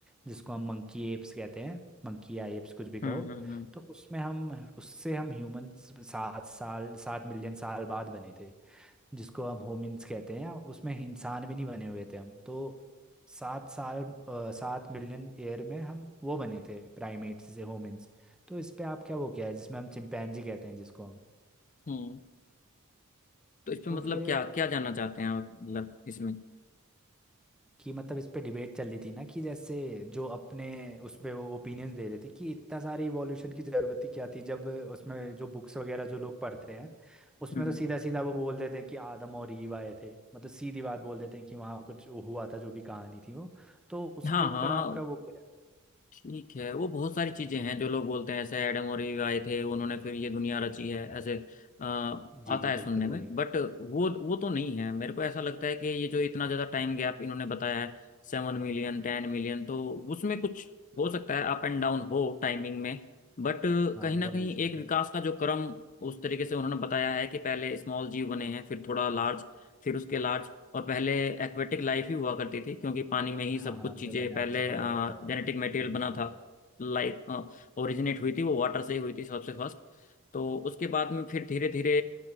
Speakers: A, in the centre; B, on the left.
A: जिसको हम मंकी एप्स कहते हैं मंकी या एप्स कुछ भी कहो
B: हम्म हम्म हम्म
A: तो उसमें हम उससे हम ह्यूमन सात साल सात मिलियन साल बाद बने थे जिसको हम होमिन्स कहते हैं उसमें इंसान भी नहीं बने हुए थे हम तो सात साल अ, सात मिलियन ईयर में हम वो बने थे प्राइमेट्स से होमिन्स तो इस पे आप क्या वो क्या है जिसमें हम चिंपैंजी कहते हैं जिसको हम
B: हम्म। तो इसमें
A: तो
B: मतलब
A: फिर
B: क्या क्या जानना चाहते हैं आप मतलब इसमें
A: कि मतलब इस पे डिबेट चल रही थी ना कि जैसे जो अपने उस पे वो ओपिनियंस दे रहे थे कि इतना सारे इवोल्यूशन की ज़रूरत ही क्या थी जब उसमें जो बुक्स वगैरह जो लोग पढ़ते हैं उसमें
B: हम्म
A: तो सीधा सीधा वो बोल देते हैं कि आदम और ईव आए थे मतलब सीधी बात बोल देते हैं कि वहाँ कुछ हुआ था जो भी कहानी थी वो तो उसके
B: हाँ
A: ऊपर
B: हाँ
A: आपका वो क्या
B: ठीक है वो बहुत सारी
A: है
B: चीजें हैं जो लोग बोलते हैं ऐसे एडम और ईव आए थे उन्होंने फिर ये दुनिया रची है ऐसे अ, आता
A: जी जी
B: है
A: बिल्कुल
B: सुनने में
A: वही
B: बट वो वो तो नहीं है मेरे को ऐसा लगता है कि ये जो इतना ज्यादा टाइम गैप इन्होंने बताया है सेवन मिलियन टेन मिलियन तो उसमें कुछ हो सकता है अप एंड डाउन हो टाइमिंग में बट
A: हाँ
B: कहीं ना
A: इवोल्यूशन
B: कहीं एक विकास
A: पे
B: का जो क्रम उस तरीके से उन्होंने बताया है कि पहले स्मॉल जीव बने हैं फिर थोड़ा लार्ज फिर उसके लार्ज और पहले एक्वेटिक लाइफ ही हुआ करती थी क्योंकि पानी में ही
A: हाँ
B: सब कुछ
A: हाँ
B: चीज़ें
A: जो मैंने
B: पहले
A: आपसे पहले बताया
B: जेनेटिक मटेरियल
A: जी जी
B: बना
A: बिल्कुल
B: था लाइफ ओरिजिनेट हुई थी वो वाटर से ही हुई थी सबसे फर्स्ट तो उसके बाद में फिर धीरे धीरे